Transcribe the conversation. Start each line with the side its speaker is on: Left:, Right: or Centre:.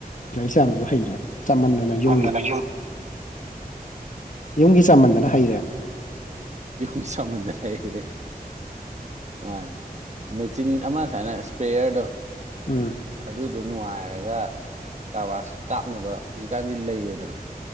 Left: ꯆꯥꯝꯃꯁꯨ ꯍꯩꯔꯦ ꯆꯥꯃꯟꯗꯅ ꯌꯨꯝꯒꯤ
Right: ꯃꯗꯅ ꯌꯨꯝ
Left: ꯌꯨꯝꯒꯤ ꯆꯃꯟꯗꯅ ꯍꯩꯔꯦ
Right: ꯌꯨꯝ ꯁꯃꯨꯗꯥꯏ ꯃꯥꯅꯦ ꯃꯦꯆꯤꯟ ꯑꯃꯨ ꯍꯥꯏꯅ ꯏꯁꯄ꯭ꯔꯦꯌꯔꯗꯣ
Left: ꯎꯝ
Right: ꯑꯗꯨꯗꯣ ꯅꯨꯡꯉꯥꯏꯔꯒ ꯀꯔꯕꯥꯔꯁ ꯀꯥꯞꯅꯕ ꯍꯧꯖꯤꯛꯀꯥꯟꯗꯤ ꯂꯩꯔꯦꯗꯅ